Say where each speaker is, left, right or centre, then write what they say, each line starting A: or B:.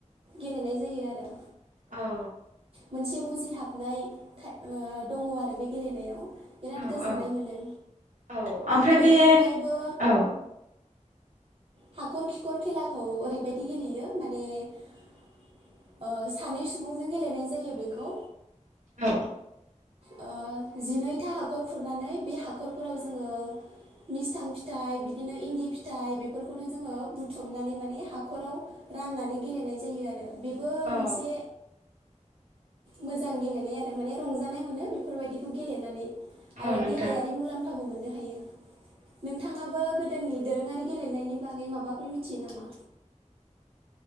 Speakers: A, on the right; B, on the right.
A: गेलेनाय जायो आरो।
B: औ
A: मोनसे मुजि हाब नाय थाय-दंङ आरो बे गेलेनायाव। बिराद
B: औ
A: गोजोननाय
B: औ
A: मोनो
B: औ ओमफ्राय
A: बेनि
B: बे
A: अनगायैबो
B: औ
A: हाखर खिखर खेलाखौ ओरैबायदि गेलेयो माने ओ सानै सुबुंजों गेलेनाय जायो बेखौ
B: औ
A: ओ जिनैथा हाखर खुरनानै बे हाखरफोराव जोंङो मिस्थां फिथाइ बिदिनो इन्दि फिथाइ बेफोरखौनो जोंङो बुथुमनानै माने हाखराव राननानै गेलेनाय जायो आरो। बेबो
B: औ
A: मोनसे मोजां गेलेनाय आरो माने रंजानाय मोनो बेफोरबायदिखौ गेलेनानै। आरो
B: औ नोंथां
A: देहायारि मुलाम्फ खाबु मोननो हायो नोंथाङाबो गोदोनि दोरोंङारि गेलेनायनि बागै माबाफोर मिथियो नामा?